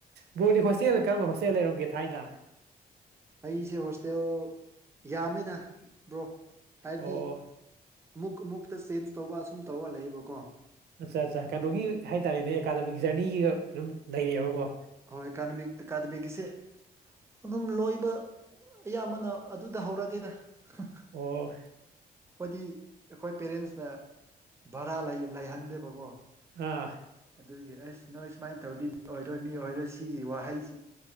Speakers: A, on the right (about 80°); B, on the right (about 15°).
A: ꯕ꯭ꯔꯣꯗꯤ ꯍꯣꯁꯇꯦꯜ ꯀꯔꯝꯕ ꯍꯣꯁꯇꯦꯜ ꯂꯩꯔꯝꯒꯦ ꯊꯥꯏꯅ
B: ꯑꯩꯁꯦ ꯍꯣꯁꯇꯦꯜ ꯌꯥꯝꯃꯦꯗ ꯕ꯭ꯔꯣ ꯍꯥꯏꯕꯗꯤ
A: ꯑꯣ
B: ꯑꯃꯨꯛ ꯑꯃꯨꯛꯇ ꯆꯦꯟꯖ ꯇꯧꯕ ꯑꯁꯨꯝ ꯇꯧꯔꯒ ꯂꯩꯕꯀꯣ
A: ꯑꯠꯆꯥ ꯑꯠꯆꯥ ꯀꯩꯅꯣꯒꯤ ꯍꯥꯏꯇꯥꯔꯦꯅꯦ ꯑꯦꯀꯥꯗꯃꯤꯛ ꯖꯔꯅꯤꯒꯤꯒ ꯑꯗꯨꯝ ꯂꯩꯔꯤꯑꯕꯀꯣ
B: ꯍꯣꯏ ꯑꯦꯀꯥꯗꯃꯤꯛ ꯑꯦꯀꯥꯗꯃꯤꯛꯒꯤꯁꯦ ꯑꯗꯨꯝ ꯂꯣꯏꯕ ꯑꯌꯥꯝꯕꯅ ꯑꯗꯨꯗ ꯍꯧꯔꯒꯦꯗ ꯍ
A: ꯑꯣ
B: ꯑꯩꯈꯣꯏꯗꯤ ꯑꯩꯈꯣꯏ ꯄꯦꯔꯦꯟꯁꯅ ꯚꯔꯥ ꯂꯩ ꯂꯩꯍꯟꯗꯦꯕꯀꯣ
A: ꯑꯥ
B: ꯑꯗꯨꯒꯤ ꯑꯁ ꯅꯣꯏ ꯁꯨꯃꯥꯏ ꯇꯧꯔꯗꯤ ꯃꯤ ꯑꯣꯏꯔꯣꯏ ꯃꯤ ꯑꯣꯏꯔꯣꯏ ꯁꯤꯒꯤ ꯋꯥꯍꯩꯁꯤ